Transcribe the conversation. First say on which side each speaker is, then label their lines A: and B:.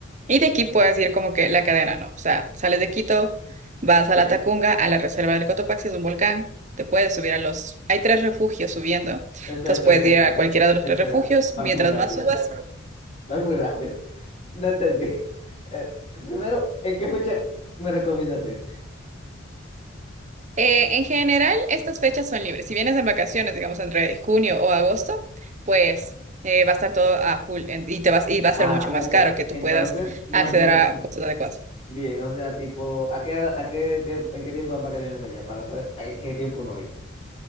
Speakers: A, on the right; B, on the left.
A: Y de aquí
B: sí.
A: puedes ir como que la cadena, ¿no? O sea, sales de Quito, vas a la Ok. Tacunga, a la reserva del Cotopaxi, es un volcán, te puedes subir a los... Hay tres refugios subiendo,
B: Espera,
A: entonces
B: espera,
A: puedes
B: espera,
A: ir
B: espera,
A: a cualquiera
B: espera.
A: de los
B: Espera,
A: tres refugios,
B: vas
A: mientras
B: muy rápido.
A: más subas,
B: Vas muy rápido. <laughs> No entendí. Eh, primero, ¿en qué fecha me recomiendas ir?
A: Eh, en general, estas fechas son libres. Si vienes en vacaciones, digamos entre junio o agosto, pues eh, va a estar todo a full en- y te vas y va a
B: Ah,
A: ser mucho
B: ok.
A: más caro que
B: Entonces,
A: tú puedas
B: no
A: acceder
B: es lo mismo.
A: a cosas adecuadas.
B: Bien, o sea, tipo, ¿a qué, hora- a qué tiempo, en qué tiempo dan vacaciones allá? Para saber a qué tiempo no ir.